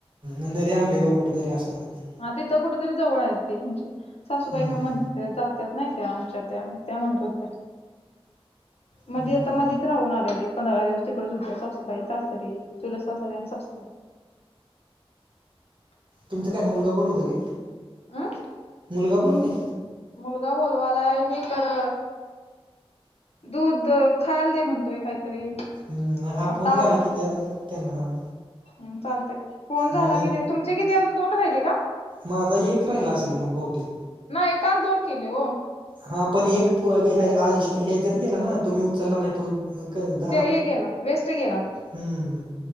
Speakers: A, on the right (about 50°); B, on the left (about 80°).
A: नाही रे आमबेगा कुठेतरी असणार आहेत
B: हा तिथं कुठ तरी जवळ आहेत ते म्हणजे सासूबाई
A: हम्म
B: म्हण
A: हम्म
B: जात नाही त्या आमच्या त्या त्या म्हणतो त्या मध
A: हम्म
B: आता मध राहून आल्या पंधरा दिवस तिकडे झुत सासूबाई सासरी तुला सासरी आणि सासूई
A: तुमचा
B: हम्म
A: काय मुलगा बोलतय काी
B: अं
A: मुलग बोलो ते
B: मुलगा बोलवालाय हे कर दूध खायला दे म्हणतोय काहीतरी
A: हम् हा
B: आता
A: फोन झाला क्या त्यांना हा
B: हम् चालते फोन झाला
A: मग नं
B: कि तुमचे किती अजून तोंड राहिले का
A: माझा एक राहिला असेल मग बहुतेक
B: नाई काल दोन केले ओ
A: हा पण एक प ह्या ह्या ह्याज्यात गेला ना तुम्ही उचलला नाही तो. नकळत
B: ते हे गेला वेस्ट गेला.
A: हम्म हम्